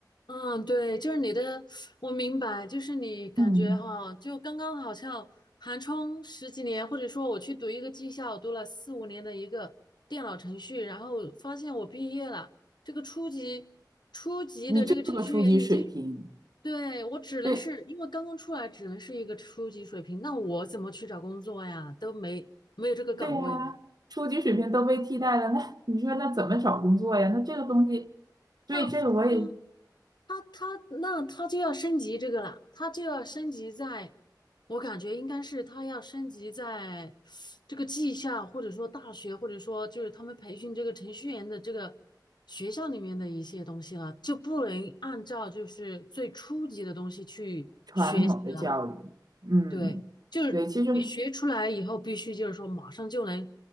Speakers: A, on the left; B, on the right.
A: 嗯，对，就是你的，我明白，就是你感觉哈，
B: 嗯，
A: 就刚刚好像寒窗十几年，或者说我去读一个技校，读了四五年的一个电脑程序，然后发现我毕业了，这个初级初级的这个程序员已经，
B: 你就是个初级水平，
A: 对，我只能是因为刚刚出来，
B: 对，
A: 只能是一个初级水平，那我怎么去找工作呀？都没没有这个岗位了，
B: 对呀，初级水平都被替代了，那你说那怎么找工作呀？那这个东西，所以这个我也
A: 那他他那他就要升级这个了，他就要升级在，我感觉应该是他要升级在这个技校，或者说大学，或者说就是他们培训这个程序员的这个学校里面的一些东西了，就不能按照就是最初级的东西去学习了。
B: 传统的教育，嗯，
A: 对，就是你学出来以后，
B: 对，其实
A: 必须就是说马上就能